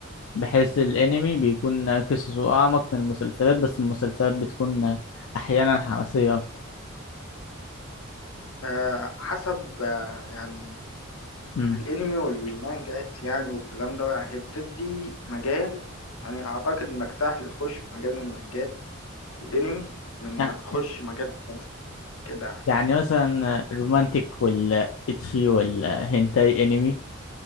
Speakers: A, on the left; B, on the left.
A: بحس الانمي بيكون قصصه اعمق من المسلسلات بس المسلسلات بتكون احيانا حماسية اكتر
B: آه، حسب آه، يعني
A: امم
B: الانمي والمانجات يعني والكلام ده يعني هي بتدي مجال يعني اعتقد انك سهل تخش في مجال المانجات والانمي من
A: يع-
B: انك تخش مجال الرسم كده
A: يعني مثلا الرومانتيك والاتشي والهنتاي انمي